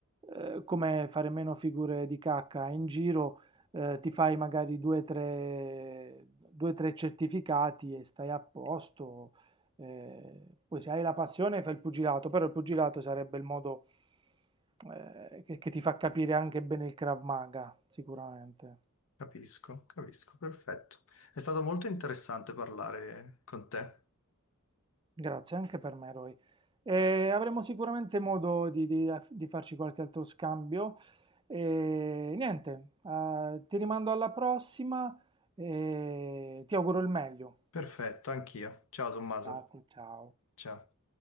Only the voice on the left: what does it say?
Capisco, capisco, perfetto. È stato molto interessante parlare con te.
Perfetto, anch'io. Ciao Tommaso.
Ciao.